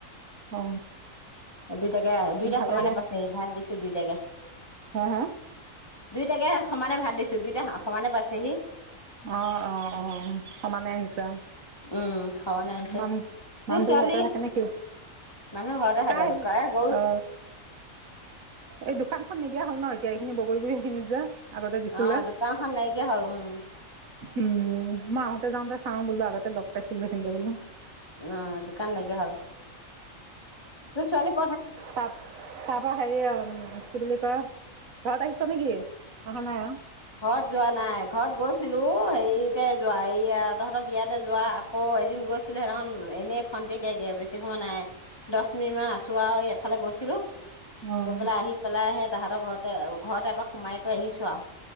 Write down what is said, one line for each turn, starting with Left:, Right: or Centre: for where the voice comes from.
Right: অ
Left: দুইটাকে দুইটা
Right: ভালে
Left: সমানে
Right: দে
Left: পাইছে ভাত দিছো দুইটাকে
Right: হা হা
Left: দুইটাকে সমানে ভাত দিছো দুইটা সমানে পাইছেহ সি
Right: অ অ অ। সমানে আহিছে অ।
Left: উম সমানে আহিছে
Right: মান
Left: তোৰ
Right: মানুহটো
Left: ছোৱালী
Right: ঘৰতে থাকে নেকি?
Left: মানুহ
Right: তাই
Left: <unintelligible>
Right: অ এই দোকান নিদিয় হ'ল ন এতিয়া এইখিনি বগৰী গুৰি খিনিত যোৱা আগতে দিছিলে।
Left: অ দোকানখন নাইকিয়া হ'ল উম
Right: উম মাহত যাওঁতে চাওঁ বোলো আগতে লগ পাইছো <unintelligible> ন।
Left: অ দোকান নাইকিয়া হল। তোৰ ছোৱালীক
Right: তা তাৰপৰা হেৰি আৰু কি বুলি ঘৰত আহিছ নেকি? অহা নাই অ'।
Left: ঘৰত যোৱা নাই ঘৰত গৈছিলো হেৰিত তে যোৱা এইয়া তহঁতৰ বিয়াতে যোৱা আকৌ এদিন গৈছিলো সিদিনাখন এনেই খন্তেকীয়াকে, বেছি সময় নাই। দছ মিনিট মান আছো আৰু এফালে গৈছিলো।
Right: অ।
Left: গৈ পেলাই আহি পেলাই হে তাহাঁতৰ ঘৰতে ঘৰত এপাক সোমাই কৰি আহিছো আৰু।